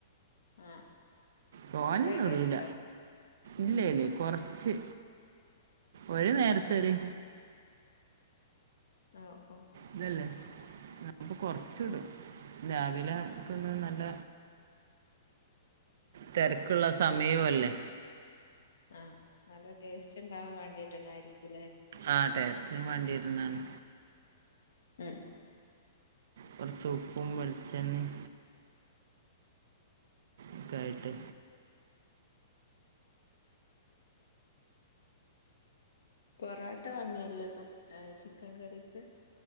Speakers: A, on the left; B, on the right.
A: ആഹ്
B: തോനൊന്നും
A: കൊറെ ഇടലുണ്ടോ
B: ഇടൂല ഇല്ലടി കൊറച്ച് ഒരു നേരത്തെ
A: ഉം
B: ഒര്
A: ഓ ഓ
B: ഇതെല്ലേ അപ്പൊ കൊറച്ച് ഇടും രാവിലെ ഒക്ക ഒന്ന് നല്ല തിരക്കുള്ള സമയവും അല്ലേ
A: ആഹ് നല്ല ടേസ്റ്റ് ഉണ്ടാവാൻ വേണ്ടിട്ടുണ്ടായിരിക്കും അല്ലേ
B: ആഹ് ടേസ്റ്റിനും വേണ്ടി ഇട്ടുന്നതാണ്
A: ഉം
B: കുറച്ച് ഉപ്പും, വെളിച്ചെണ്ണയും ഒക്കെ ആയിട്ട്
A: പൊറോട്ട വാങ്ങലില്ലേ പ ചിക്കൻ കറിക്ക്